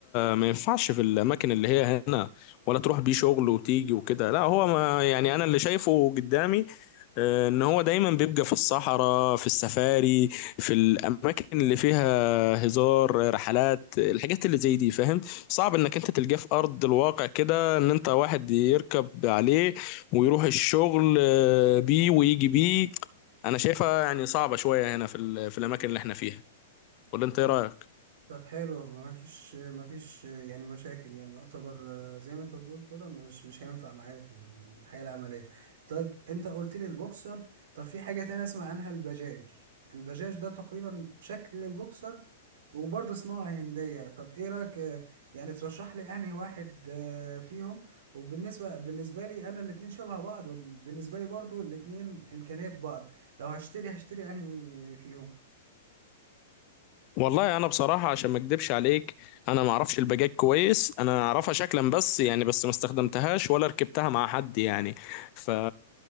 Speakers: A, on the left; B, on the right.
A: ما ينفعش في الأماكن اللي هي هنا ولا تروح بيه شغل وتيجي وكده لا هو ما يعني أنا اللي شايفه قدامي آه، ان هو دايما بيبقى في الصحراء في السفاري في الاماكن اللي فيها هزار رحلات الحاجات اللي زي دي فاهم صعب انك انت تلقاه في ارض الواقع كده ان انت واحد يركب عليه ويروح الشغل آه، بيه ويجي بيه انا شايفها يعني صعبة شوية هنا في ال- في الاماكن اللي احنا فيها ولا انت
B: آه،
A: ايه رايك
B: طب حلو ما فيش ما فيش يعني مشاكل يعني يعتبر آه، زي ما انت بتقول كده مش مش هينفع معايا في الحياة العملية طيب انت قلت لي البوكسر طب في حاجة تانية اسمع عنها البجاج البجاج ده تقريبا شكل البوكسر وبرضه صناعة هندية طب ايه رأيك آه، يعني ترشح لي انهي واحد آه، فيهم وبالنسبة بالنسبة لي انا الاتنين شبه بعض وبالنسبة لي برضه الاتنين امكانيات بعض لو هشتري هشتري انهي فيهم
A: والله انا بصراحه عشان ما اكدبش عليك انا ما اعرفش الباجات كويس انا اعرفها شكلا بس يعني بس ما استخدمتهاش ولا ركبتها مع حد يعني ف